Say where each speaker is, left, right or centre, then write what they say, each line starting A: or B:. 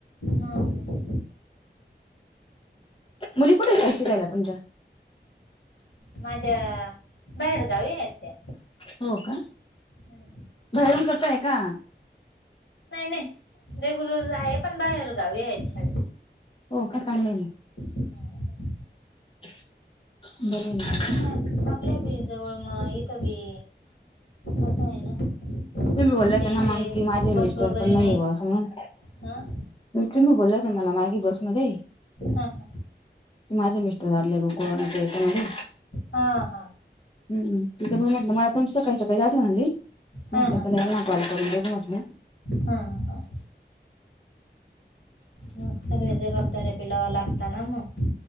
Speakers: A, on the left; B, on the left.
A: हम्म.
B: मुली कुठेता शिकायला तुमच्या?
A: माझ्या बाहेरगावी आहेत त्या,
B: हो का
A: हम्म.
B: बाहेरून करताय का?
A: नाही नाही रेग्युलर आहे पण बाहेर गावी आहेत शाळा.
B: हो का चांगल आहे मग.
A: हम्म.
B: <inaudible>
A: ते आपल्या बी जवळ मग इथं बी असं आहे ना.
B: तुम्ही बोलला
A: आमच्या
B: त्यांना
A: इकडे
B: मग की माझे
A: बस
B: मिस्टर
A: वगैरे
B: पण नाही आहे ब असं म्हणून
A: हां
B: तुम्ही बोलला होता मला मागे बसमध्ये.
A: हा हा.
B: माझे मिस्टर वारले ब कोरोनाच्या यांच्यामध्ये.
A: हा हा.
B: हम्म तिथं पण म्हटलं मला तुमची सकाळी सकाळी आठवण आली. म्हटलं
A: हां हां
B: तेला न कॉल करून बघु म्हटलं.
A: हां हां मग सगळे जबाबदारी पेलावा लागताना मग.